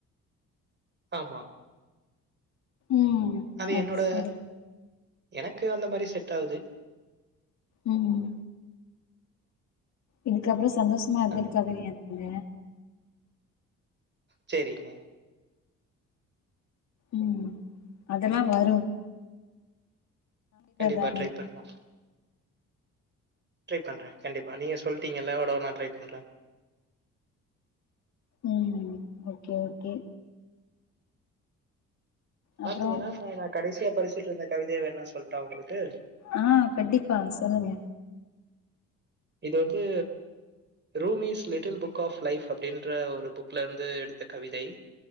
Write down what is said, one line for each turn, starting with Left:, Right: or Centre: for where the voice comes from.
Right: ஆமா
Left: ம்
Right: அது என்னோட
Left: சரி
Right: எனக்கு அந்த மாரி செட் ஆவ்து
Left: ம் ம் இதுக்கு அப்புற சந்தோஷமா இருந்துட்டு
Right: அது
Left: கவிதைஎழுதுங்க
Right: செரிங்க
Left: ம் அதெல்லா வரு
Right: கண்டிப்பா
Left: தானே
Right: ட்ரை பன்னு ட்ரை பண்ற கண்டிப்பா நீங்க சொல்ட்டீங்கல்ல ஒட ஒரு நாள் ட்ரை பண்ற
Left: உம் ஓகே ஓகே
Right: பாத்தீங்கன்னா
Left: அப்றோ
Right: நா கடைசியா படிச்சுட்டு இருந்த கவிதைய வேனா சொல்ட்டா உங்களுக்கு
Left: ஆஹ் கண்டிப்பா சொல்லுங்க
Right: இது வந்து Rumi's little book of life அப்படின்ற ஒரு புக்ல இருந்து எடுத்த கவிதை